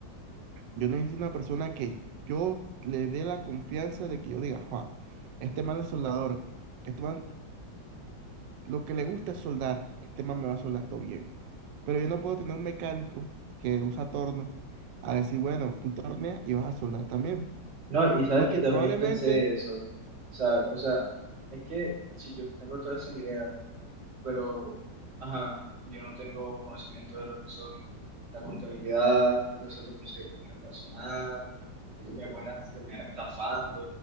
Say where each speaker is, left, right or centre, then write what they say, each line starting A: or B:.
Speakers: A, on the right; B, on the right.
A: Yo necesito una persona que yo le dé la confianza de que yo diga, Juan, este man es soldador, este man lo que le gusta es soldar, este man me va a soldar todo bien. Pero yo no puedo tener un mecánico que usa torno a decir, bueno, tú torneas y vas a soldar también.
B: No, y sabes
A: Porque
B: que también
A: probablemente,
B: pensé eso. O sea, o sea, es que si yo tengo todas esas ideas pero ajá, yo no tengo conocimiento de lo que son la contabilidad, yo no sé lo que se con el personal, siento que me pueden hasta terminar estafando,